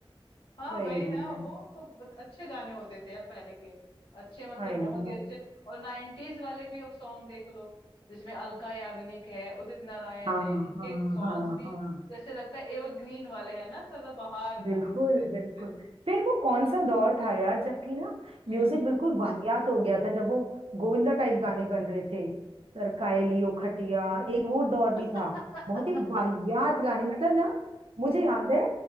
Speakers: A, on the left; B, on the right.
A: हाँ
B: सही
A: वही ना
B: में
A: वो को ब- अच्छे गाने होते थे यार पहले के अच्छे मतलब
B: I
A: बहुत
B: know
A: ही अच्छे और नाइन्टीज वाले भी अब सॉन्ग देख लो जिसमें अलका याग्निक है उदित नारायण
B: हाँ
A: है इनके
B: हाँ
A: सॉन्ग्स
B: हाँ
A: भी
B: हाँ
A: जैसे लगता है एवरग्रीन वाले हैं ना सदाबहार गाने
B: बिल्कुल
A: होते हैं
B: बिल्कुल
A: जैसे।
B: फिर वो कौन सा दौर था यार जबकि ना
A: हम्म
B: म्यूजिक बिल्कुल वाहियात हो गया था जब वो गोविंदा टाइप गाने बन रहे थे सरकाए लियो खटिया एक वो दौर
A: <laughs>
B: भी था बहुत ही वाहियात गाने मतलब ना मुझे याद है